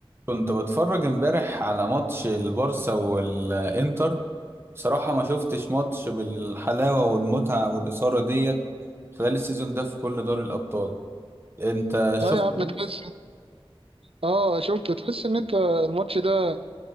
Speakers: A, on the right (about 25°); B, on the right (about 75°).
A: كنت بتفرج امبارح على ماتش البارسا والانتر بصراحة ما شفتش ماتش بالحلاوة والمتعة والإثارة ديت خلال السيزون ده في كل دوري الأبطال انت شفت
B: اه يا عم
A: الماتش
B: تحس اه شفت تحس ان انت الماتش ده